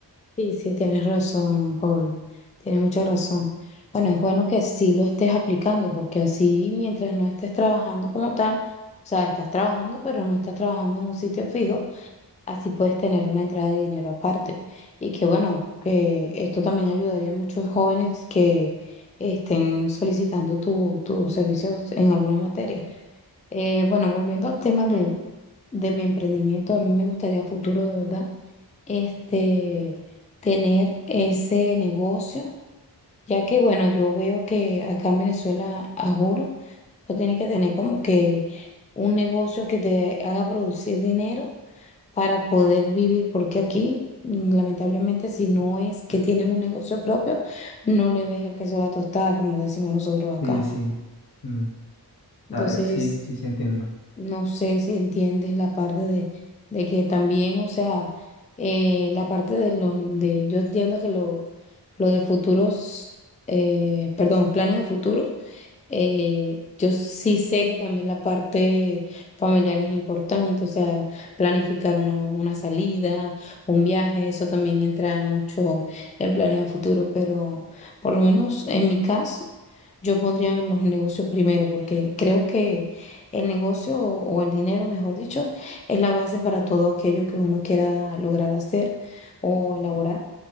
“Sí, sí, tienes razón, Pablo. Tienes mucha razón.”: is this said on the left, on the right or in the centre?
Left